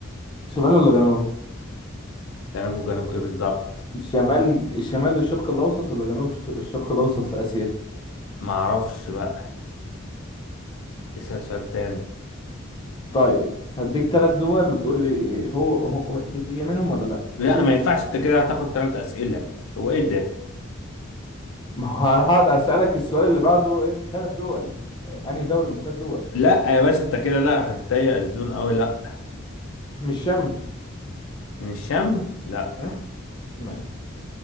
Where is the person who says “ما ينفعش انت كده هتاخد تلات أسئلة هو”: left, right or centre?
Left